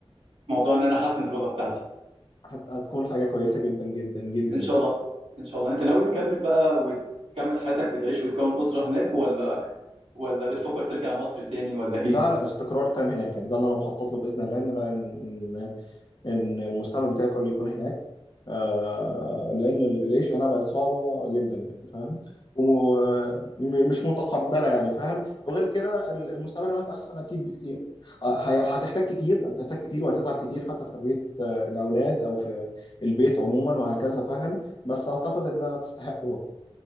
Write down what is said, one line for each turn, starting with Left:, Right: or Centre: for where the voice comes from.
Right: الموضوع ان انا احسن اللغه بتاعتي
Left: هت... هتكون حاجة كويسة جدا جدا جدا
Right: ان
Left: يعني
Right: شاء الله ان شاء الله انت ناوي تكمل بقى وتكمل حياتك وتعيش وتكون اسره هناك ولا ولا بتفكر ترجع مصر تاني ولا ايه؟
Left: لا لا استقرار تام هناك يعني ده اللي انا مخطط له بإذن الله ان انا ان ان المستقبل بتاعي كله يكون هناك آه لان ال- العيش هنا بقت صعبه جدا يعني فاهم ومش متقبله يعني فاهم وغير كده ال- المستقبل هناك احسن اكيد بكتير آه، هي- هتحتاج كتير هتحتاج كتير وهتتعب كتير حتى في تربيه آه، الاولاد او في البيت عموما وهكذا فاهم بس اعتقد انها تستحق